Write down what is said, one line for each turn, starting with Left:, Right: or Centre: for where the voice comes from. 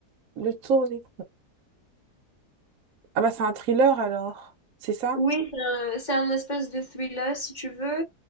Right: Le Tour des... Ah bah c'est un thriller alors. C'est ça?
Left: Oui, c'est un, c'est un espèce de thriller, si tu veux.